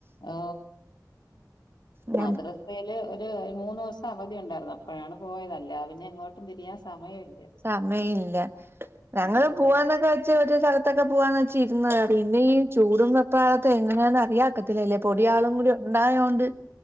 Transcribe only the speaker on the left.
ഓ
മദ്രസയില് ഒ ഒരു മൂന്ന് ദിവസം അവധിയ ഉണ്ടായിരുന്നു അപ്പോഴാണ് പോയത് അല്ലാതെ പിന്നെ എങ്ങോട്ടും തിരിയാൻ സമയമില്ല
ആഹ്